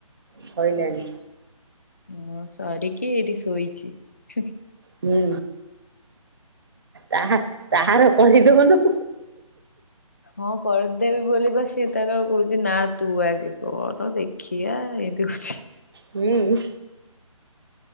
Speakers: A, on the right; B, on the left.
A: ସଇଲାଣି।
B: ହଁ ସରିକି ଏଇଠି ଶୋଇଚି ହୁଁ।
A: ହୁଁ ତାହା ତାହାର କରିଦଉନୁ।
B: ହଁ କରିଦେବି ବୋଲି ବା ସି ତାର କହୁଚି ନା ତୁ ଆଗେ କର ଦେଖିଆ ଏମିତି କହୁଚି।
A: ହୁଁ।